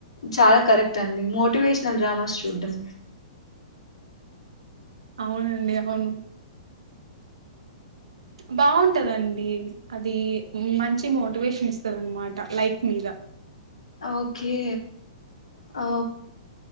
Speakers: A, on the left (about 65°); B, on the right (about 65°).
A: చాలా కరెక్ట్ అండి మోటివేషనల్ డ్రామాస్ చూడ్డం
B: అవునండి అవును బాగుంటదండి అది మంచి మోటివేషన్ ఇస్తుంది అనమాట లైఫ్ మీద
A: ఓకే ఆ